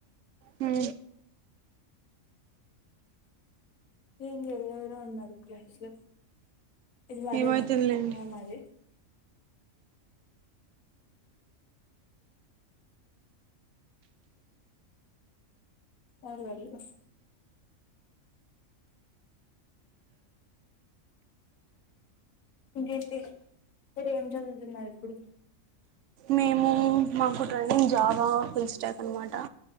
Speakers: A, on the right (about 70°); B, on the left (about 80°).
A: హు
B: ఏం ఎవరేవరో ఉన్నారు క్లస్ లో ఇది మదేనా
A: ఏమైతుందిలేండి
B: ఆ మదే కదు మరి ఒస్ ఇంకేంటి మీరు ఏం చదువుతున్నారు ఇప్పుడు
A: మేము మాకు ట్రైన్ జావా పిలిచటాక అనమాట